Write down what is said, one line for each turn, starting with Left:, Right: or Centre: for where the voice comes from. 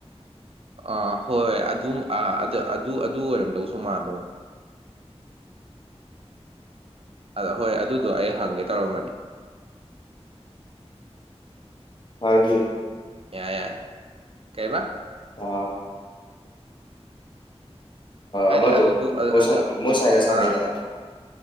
Right: ꯑꯥ ꯍꯣꯏ ꯑꯗꯨ ꯑꯗꯨ ꯑꯗꯨ ꯑꯣꯏꯔꯝꯗꯧꯁꯨ ꯃꯥꯜꯂꯣ ꯑ ꯍꯣꯏ ꯑꯗꯨꯗꯣ ꯑꯩ ꯍꯪꯒꯦ ꯇꯧꯔꯝꯕꯅꯦ
Left: ꯑꯥꯔꯗꯤ
Right: ꯌꯥꯏ ꯌꯥꯏ ꯀꯩꯔꯤꯕ
Left: ꯑꯣ
Right: ꯍꯥꯏꯗꯤ
Left: ꯑ ꯃꯗꯨ
Right: ꯑꯗꯨꯗꯣ ꯑ
Left: ꯃꯣꯁ
Right: ꯑꯗꯨ
Left: ꯃꯣꯁ ꯍꯥꯏꯒ ꯁꯅꯥꯏꯗꯅ
Right: ꯑꯥ